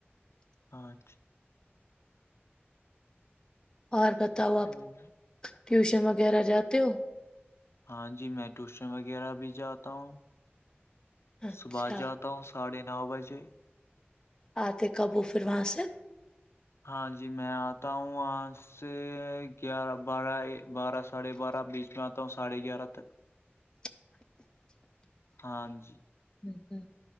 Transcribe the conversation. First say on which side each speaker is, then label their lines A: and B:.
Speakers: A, on the left (about 80°); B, on the left (about 20°).
A: اچھا
B: اور بتاؤ آپ
A: ہاں جی
B: ٹیوشن وغیرہ جاتے ہو
A: ہاں جی میں ٹیوشن وغیرہ بھی جاتا ہوں
B: اچھا
A: صبح جاتا ہوں ساڑھے نو بجے
B: آتے کب ہو پھر وہاں سے
A: ہاں جی میں آتا ہوں وہاں سے گیارہ بارہ بارہ ساڑھے بارہ بیچ میں آتا ہوں ساڑھے گیارہ تک
B: <unintelligible>
A: ہاں جی
B: ہ ہ